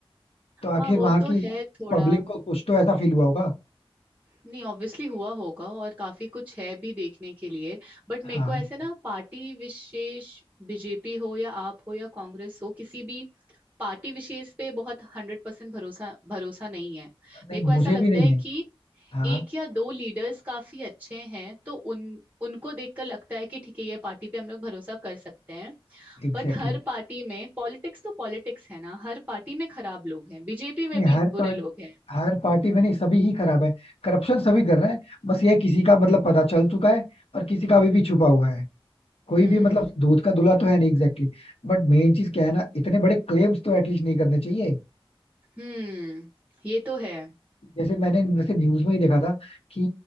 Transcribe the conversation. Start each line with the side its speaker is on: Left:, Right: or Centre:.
Left: तो आखिर
Right: हाँ वो
Left: वहां
Right: तो
Left: की
Right: है थोड़ा
Left: पब्लिक को कुछ तो ऐसा फील हुआ होगा
Right: नहीं ऑब्वियसली हुआ होगा और काफी कुछ है भी देखने के लिए बट
Left: हाँ
Right: मेरे को ऐसे ना पार्टी विशेष बीजेपी हो या आप हो या कांग्रेस हो किसी भी पार्टी विशेष पे बहुत हंड्रेड परसेंट भरोसा भरोसा नहीं है
Left: नहीं
Right: मेरे को ऐसा
Left: मुझे
Right: लगता
Left: भी नहीं
Right: है
Left: है
Right: कि
Left: हाँ
Right: एक या दो लीडर्स काफी अच्छे हैं तो उन उनको देखकर लगता है कि ठीक है ये पार्टी पे हम लोग भरोसा कर सकते हैं
Left: Exactly
Right: बट हर
Left: exactly.
Right: पार्टी में पॉलिटिक्स तो पॉलिटिक्स है ना हर पार्टी में खराब लोग हैं बीजेपी में
Left: नहीं
Right: भी
Left: हर
Right: बुरे
Left: पार्ट
Right: लोग हैं
Left: हर पार्टी में नहीं सभी ही खराब है करप्शन सभी कर रहे हैं बस ये किसी का मतलब पता चल चुका है और किसी का अभी भी छुपा हुआ है कोई
Right: हम्म
Left: भी मतलब दूध का दूल्हा तो है नहीं एग्जैक्टली exactly. बट मेन चीज क्या है ना इतने बड़े क्लेम्स तो एटलीस्ट नहीं करने चाहिए
Right: हम्म ये तो है
Left: जैसे मैंने वैसे न्यूज में ही देखा था कि